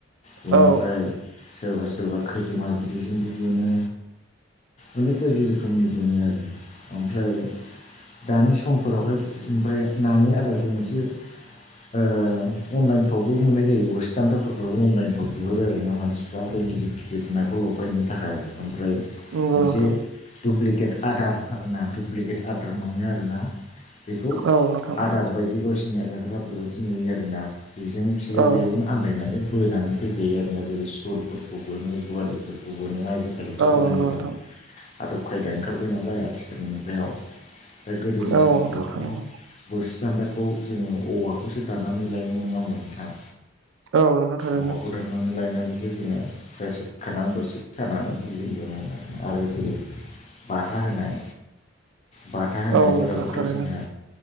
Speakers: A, on the left; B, on the right.
A: बेनिफ्राय
B: औ
A: सोरबा सोरबा खैजोमा बिदैजोंबो बोनो। अनेक बायदि रोखोमनि मोनो आरो। ओमफ्राय दानि समफोरावहाय ओमफ्राय नानि आदारखौ मोनसे ओ अनलाइन फ्रावबो मोननाय जायो बोरसि दानदाफोरखौ अनलाइनफ्राव बिहरो आरो ना मानसिफ्रा बे गिदिर गिदिर नाखौ लफायनो थाखाय। ओमफ्राय
B: नंगौ
A: मोनसे
B: नोंथां
A: दुप्लिकेट आदार आर ना दुप्लिकेट आदार मोनो आरोना बेखौ
B: औ नोंथां
A: आदार बायदि गावसिोरनि आ जाग्रा आदार बायदि नुयो आरो। जोङा बेजों फोरो
B: औ
A: बेयावनो आन्दायनानै बोनानै फैखायो आरोना जेरै सुलफोरखौ बोनो बवालिफोरखौ बोनो आजि आथिखालिथ'
B: औ
A: गोदान
B: नंगौ
A: गोदान
B: नोंथां
A: आदब खायदा ओंखारबाय नालाय आथिखालनि मुगायाव दा गोदोनि
B: औ
A: समफोरावथ'
B: नोंथां थारैनो
A: बोरसि दान्दाखौ जोङो औवाखौसो दाननानै लायोमोन नङाम मोनोंथां
B: औ नोंथां थारैनो
A: औवाखौ दाननानै लायनानैसो जोङो सि खानानै बोरसि खानानै बिदि दुनो मोन आरो आरो जेरै बाथा होनाय बाथा होनायफोराबोथ'
B: औ नोंथां थारैनो
A: जोंहा